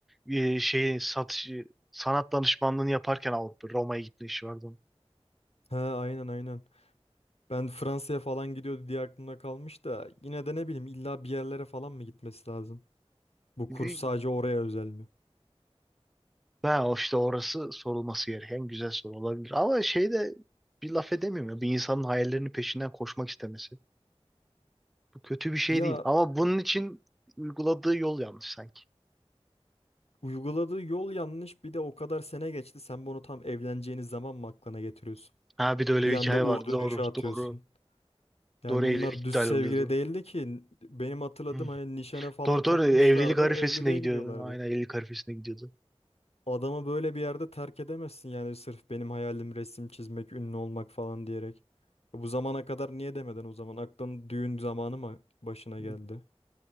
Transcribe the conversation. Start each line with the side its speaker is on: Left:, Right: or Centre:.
Centre: e, şeyi satış sanat danışmanlığını yaparken Avrupa Roma'ya gitme işi vardı onun.
Left: Ha, aynen aynen. Ben Fransa'ya falan gidiyordu diye aklımda kalmış da yine de ne bileyim illa bir yerlere falan mı gitmesi lazım? Bu
Centre: E,
Left: kurs sadece oraya özel mi?
Centre: Ha, o işte orası sorulması gereken güzel soru olabilir. Ama şey de bir laf edemiyorum ya. Bir insanın hayallerinin peşinden koşmak istemesi. Bu kötü bir şey
Left: Ya
Centre: değil. Ama bunun için uyguladığı yol yanlış sanki.
Left: Uyguladığı yol yanlış. Bir de o kadar sene geçti. Sen bunu tam evleneceğiniz zaman mı aklına getiriyorsun?
Centre: Ha bir de öyle
Left: Bir
Centre: bir
Left: anda
Centre: hikaye
Left: U
Centre: vardı.
Left: dönüşü
Centre: Doğru,
Left: atıyorsun.
Centre: doğru.
Left: Yani
Centre: Doğru evlilik
Left: bunlar
Centre: iptal
Left: düz sevgili
Centre: oluyordu.
Left: değildi ki. Benim hatırladığım
Centre: Hı.
Left: hani nişana falan
Centre: Doğru doğru
Left: takmışlardı.
Centre: evlilik arifesinde
Left: Evliliğe
Centre: gidiyordu.
Left: gidiyorlardı.
Centre: Aynen evlilik arifesinde gidiyordu.
Left: Adamı böyle bir yerde terk edemezsin yani sırf benim hayalim resim çizmek, ünlü olmak falan diyerek. E, Bu zamana kadar niye demeden o zaman? Aklın düğün zamanı mı başına
Centre: Hı.
Left: geldi?